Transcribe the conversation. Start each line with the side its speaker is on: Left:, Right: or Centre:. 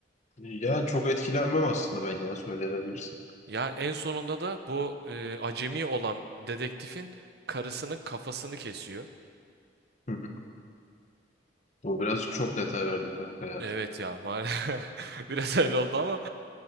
Left: Yani çok etkilenmem aslında ben ya söyleyebilirsin.
Right: Ya en sonunda da bu e, acemi olan dedektifin karısının kafasını kesiyor.
Left: Hı hı. Bu birazcık çok detay verdin kanka ya.
Right: Evet ya maalesef <laughs> biraz öyle oldu ama